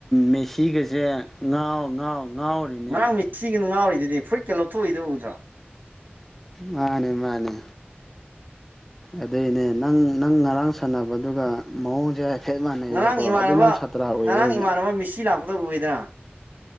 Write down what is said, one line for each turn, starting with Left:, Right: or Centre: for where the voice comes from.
Centre: ꯃꯦꯁꯤꯒꯁꯦ ꯉꯥꯎ ꯉꯥꯎ ꯉꯥꯎꯔꯤꯅꯦ
Right: ꯉꯥꯡꯃꯤ ꯁꯤꯒꯤꯅ ꯉꯥꯡꯔꯤꯗꯗꯤ ꯐꯨꯔꯤꯠꯀꯩ ꯂꯧꯊꯣꯛꯏꯗ ꯎꯗ꯭ꯔꯥ
Centre: ꯃꯥꯅꯦ ꯃꯥꯅꯦ ꯑꯗꯨꯏꯅꯦ ꯅꯪ ꯅꯪ ꯉꯔꯥꯡ ꯁꯥꯟꯅꯕꯗꯨꯒ ꯃꯑꯣꯡꯁꯦ ꯍꯥꯏꯐꯦꯠ ꯃꯥꯟꯅꯩꯕꯀꯣ
Right: ꯉꯔꯥꯡ ꯏꯃꯥꯟꯅꯕ
Centre: ꯑꯗꯨ ꯅꯪ ꯁꯥꯇ꯭ꯔꯥ ꯑꯣꯏꯕꯣꯏꯅꯦ
Right: ꯉꯔꯥꯡ ꯏꯃꯥꯟꯅꯕ ꯃꯤꯁꯤ ꯂꯥꯛꯄꯗ ꯎꯏꯗꯅ